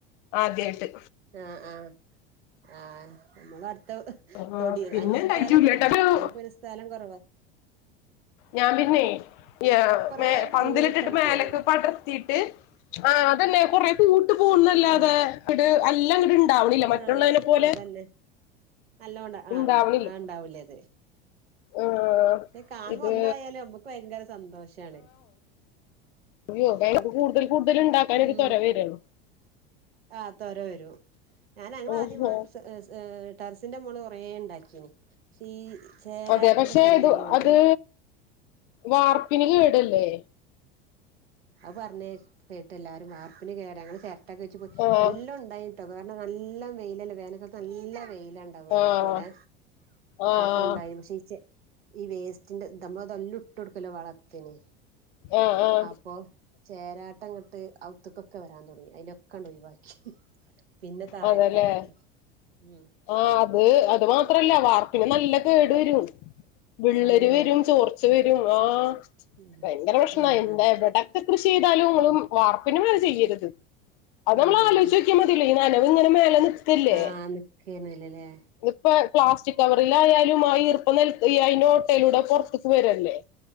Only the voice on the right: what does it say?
ആഹ് ആഹ് ആഹ് നമ്മൾ അടുത്തത്ത്
തൊടിയ
അതിന്
സ്ഥലം വേണം നമുക്ക് പിന്നെ സ്ഥലം കൊറവാ
കൊറേ
പൂവിട്ടട്
പോവും
ആഹ്
ആഹ്
അതന്നെ നല്ലോണ്ട ആഹ്
ആഹ് ഉണ്ടാവൂലേ അത്
ത് കാണുമ്പോ
ഒന്നായാലും നമ്മക്ക് ഭയങ്കര സന്തോഷാണ്
ഉം
ആഹ് തൊര വരൂം ഞാൻ ഞങ്ങൾ
ആദ്യം വാർപ്പ് ടെറസിന്റെ മോള് കൊറേ ഉണ്ടാക്കിയിനി പക്ഷേ ഈ ചേരാട്ടന്റെ
ശല്യള്ളോണ്ട്
അത് പറഞ്ഞഞ് കേട്ട് എല്ലാവരും വാർപ്പിന് കേടാ ഞങ്ങള് ചിരട്ടൊക്കെ വെച്ച് പോയി
നല്ലോണം ഉണ്ടായി കാരണം നല്ല വെയിലല്ലേ വേനൽകാലത്ത് നല്ല വെയിലാണ്ടാവോ നമുക്ക്
ഇവിടെ
ആപ്പൊ ഉണ്ടായി പക്ഷേ ച്ചെ ഈ വേസ്റ്റിന്റെ നമ്മള് തെല്ലാം ഇട്ട്ടുക്കല്ലോ വളത്തിന്
അപ്പൊ ചേരാട്ടംങ്ങട്ട് ഔത്തക്കൊക്കെ വരാൻ തുടങ്ങി അതിനൊക്കെ ആണ്ട് ഒഴിവാക്കി പിന്നെ താഴത്താക്കി
ഉം
ആണല്ലേ
ആഹ്
ആഹ്
ആഹ് നിക്കന്നല്ലല്ലേ